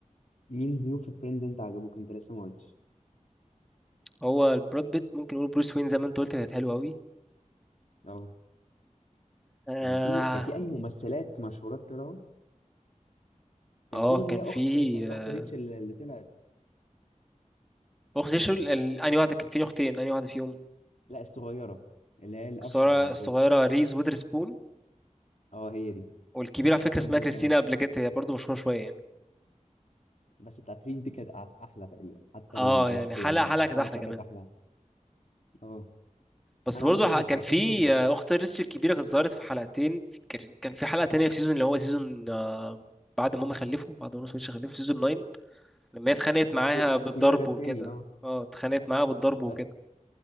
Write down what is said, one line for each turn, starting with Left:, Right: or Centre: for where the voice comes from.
Left: مين ضيوف فريندز انت عجبوك انت لسه ما قلتش
Centre: هو البراد بيت ممكن نقول بروس وين زي ما انت قلت كانت حلوه قوي
Left: اه
Centre: اه
Left: كان في كان في اي ممثلات مشهورات طلعوا كان
Centre: اه
Left: في اللي
Centre: كان
Left: هي
Centre: فيه
Left: اخت كانت اخت
Centre: آه،
Left: ريتشل اللي طلعت
Centre: اخت شو ال- ال- انهي واحده كان فيه اختين انهي واحده فيهم
Left: لا الصغيره اللي هي الاشهر
Centre: الصغيره
Left: المفروض
Centre: الصغيره ريز ويذرسبون
Left: اه هي دي
Centre: والكبيره على فكره
Left: برضه
Centre: اسمها كريستينا
Left: كانت
Centre: ابليكيت هي برضه مشهوره شويه يعني
Left: بس بتاعت ريف دي كانت أح- احلى تقريبا حتى
Centre: اه
Left: المش...
Centre: يعني
Left: يعني
Centre: حلقه حلقه
Left: الحلقه
Centre: كانت احلى
Left: نفسها
Centre: كمان
Left: كانت احلى اه
Centre: بس
Left: انا
Centre: برضو
Left: عامه
Centre: ح-
Left: كنت
Centre: كان
Left: بحب
Centre: في
Left: ال...
Centre: آه، اخت ريتش الكبيره كانت ظهرت في حلقتين كان كان في حلقه تانية في سيزون اللي هو سيزون آه، بعد ما هم خلفوا بعد ما نص خلفوا في سيزون 9 لما هي اتخانقت معاها
Left: اخته اخته
Centre: بالضرب
Left: الكبيره جت
Centre: وكده
Left: تاني اه
Centre: اه اتخانقت معاها بالضرب
Left: اخته
Centre: وكده
Left: آه،